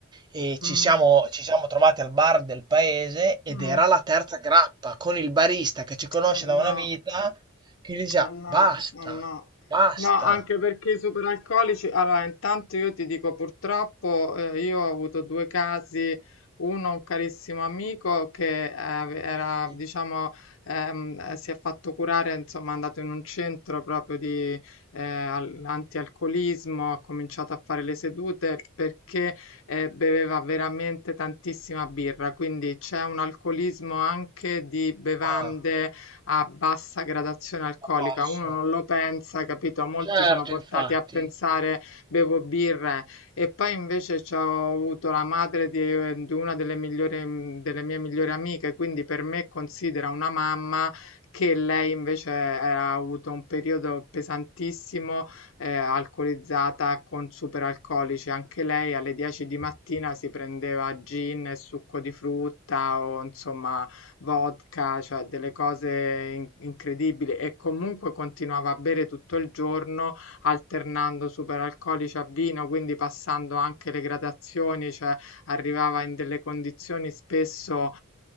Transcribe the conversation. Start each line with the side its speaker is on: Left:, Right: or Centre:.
Right: e
Left: Mm,
Right: ci siamo, ci siamo trovati al bar del paese ed
Left: mm,
Right: era la terza grappa con il barista che ci conosce
Left: eh, no.
Right: da una vita che gli diceva
Left: Eh no,
Right: basta,
Left: eh no.
Right: basta,
Left: No, anche perché i superalcolici, allora intanto io ti dico purtroppo eh, io ho avuto due casi, uno un carissimo amico che eh, ave- era,
Right: Sì.
Left: diciamo, ehm, eh, si è fatto curare, insomma è andato in un centro proprio di eh, al- antialcolismo, ha cominciato a fare le sedute perché eh, beveva veramente tantissima birra, quindi c'è un alcolismo anche di bevande
Right: ah,
Left: a bassa gradazione alcolica.
Right: a passo.
Left: Uno non lo pensa, capito? Molti
Right: Certo,
Left: sono portati
Right: infatti.
Left: a pensare bevo birre e poi invece c'ho avuto la madre di, di una delle migliori, delle mie migliori amiche, quindi per me considera una mamma che lei invece ha avuto un periodo pesantissimo, eh, alcolizzata con superalcolici. Anche lei alle 10 di mattina si prendeva gin e succo di frutta o insomma vodka, cioè delle cose in- incredibili e comunque continuava a bere tutto il giorno alternando superalcolici a vino, quindi passando anche le gradazioni, cioè arrivava in delle condizioni spesso